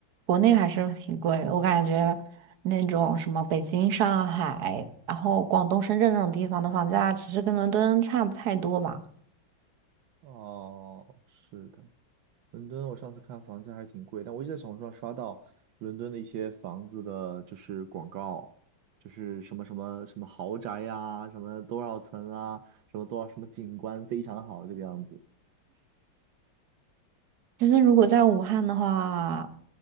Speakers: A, on the right; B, on the right.
A: 国内还是挺贵的，我感觉那种什么北京、上海，然后广东、深圳这种地方的房价，其实跟伦敦差不太多吧。
B: 哦，是的，伦敦，我上次看房价还挺贵，但我一直在小红书上刷到伦敦的一些房子的，就是广告，就是什么什么什么豪宅呀、什么多少层啊，什么多少什么景观非常好这个样子。
A: 就是如果在武汉的话，